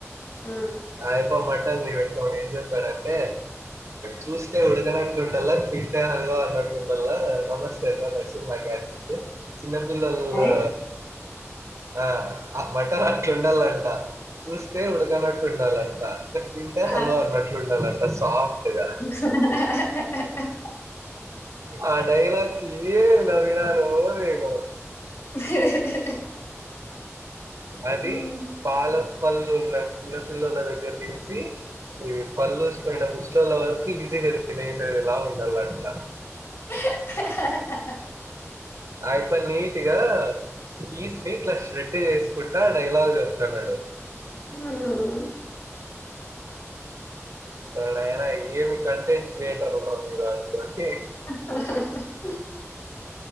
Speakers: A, on the left; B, on the right.
A: అ
B: ఆయప్ప మంటల్ని పెట్టుకొని ఏంచెప్పాడంటే చూస్తే ఉడుకనట్లు ఉండల్ల తిట్టే హల్ అన్నట్టు ఉండల్ల నమస్తే అన్ననరసింహగ్య హు చిన్నపిల్లొల్లా
A: ఏ?
B: అ ఆ బట్టర్ అట్లు ఉండలంట చూస్తే ఉడకనట్టు ఉండాలంట తింటే
A: ఆ!
B: హలో అన్నట్లు ఉండలంట సాప్ట్ గా
A: హుఅహ్ అహ్ అహ్ అహ్
B: అడైలాగ్ కీ నవ్వినా వో ఏమో
A: ఇ హ్ హ్ హ్
B: అది
A: హ్మ్.
B: పాలప్ పల్లుల చిన్నపిల్లోల్ల దగ్గర నుంచి ఇవి పళ్లు ఊస్ పోయిన ముస్లోల్ల వరకు ఈజీగా తినేసేలాగా ఉండలంట
A: అహ్ హ హ హ
B: ఆయప్ప నీటిగాఈస్ ని ఇట్ల శ్రేడ్‌చేసుకుంటా డైలాగ్ చెప్తాన్నాడు
A: ఊమ్ హు హు
B: ఓరి నాయనా ఏమి కంటెంట్ క్రియేటర్ రా మీరు అనుకోంటి
A: <inaudible>